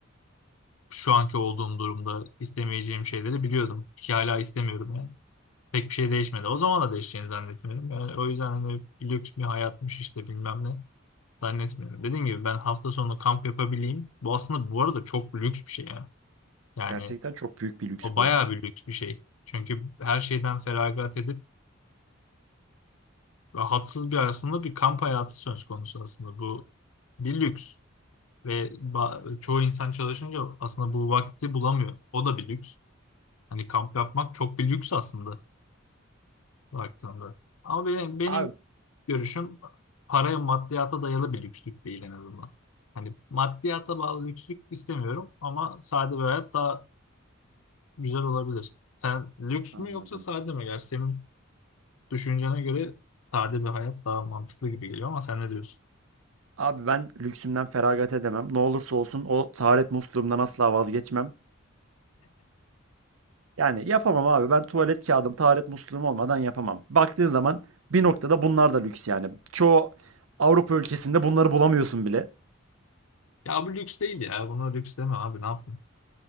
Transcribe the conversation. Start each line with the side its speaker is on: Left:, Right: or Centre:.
Left: şu anki olduğum durumda istemeyeceğim şeyleri biliyordum ki hala istemiyorum yani. Pek bir şey değişmedi. O zaman da değişeceğini zannetmiyorum. Yani o yüzden hani lüks bir hayatmış işte bilmem ne zannetmiyorum. Dediğim gibi ben hafta sonu kamp yapabileyim. Bu aslında bu arada çok lüks bir şey yani. Yani
Right: Gerçekten çok büyük bir lüks
Left: o bayağı
Right: bu.
Left: bir lüks bir şey. Çünkü her şeyden feragat edip rahatsız bir aslında bir kamp hayatı söz konusu aslında. Bu bir lüks ve ba- çoğu insan çalışınca aslında bu vakti bulamıyor. O da bir lüks. Hani kamp yapmak çok bir lüks aslında baktığında. Ama benim, benim
Right: Abi
Left: görüşüm paraya maddiyata dayalı bir lükslük değil en azından. Hani maddiyata bağlı lükslük istemiyorum ama sade bir hayat daha güzel olabilir. Sen lüks
Right: anladım.
Left: mü yoksa sade mi? Gerçi senin düşüncene göre sade bir hayat daha mantıklı gibi geliyor ama sen ne diyorsun?
Right: Abi ben lüksümden feragat edemem. Ne olursa olsun o taharet musluğumdan asla vazgeçmem. Yani yapamam abi. Ben tuvalet kağıdım, taharet musluğum olmadan yapamam. Baktığın zaman bir noktada bunlar da lüks yani. Çoğu Avrupa ülkesinde bunları bulamıyorsun bile.
Left: Ya bu lüks değil ya. Buna lüks deme abi ne yaptın?